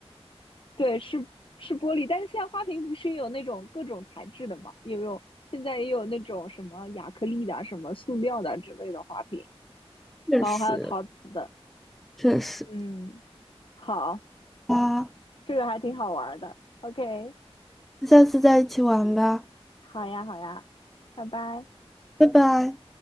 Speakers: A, on the left; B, in the centre.
A: 对，是是玻璃，但是现在花瓶不是也有那种各种材质的嘛？也有现在也有那种什么亚克力的啊什么塑料的啊之类的花瓶，
B: 确实，
A: 然后还有陶瓷的。
B: 确实。
A: 嗯，好，
B: 啊，
A: 这个还挺好玩儿的。OK，
B: 那下次再一起玩吧，
A: 好呀，好呀，拜拜。
B: 拜拜。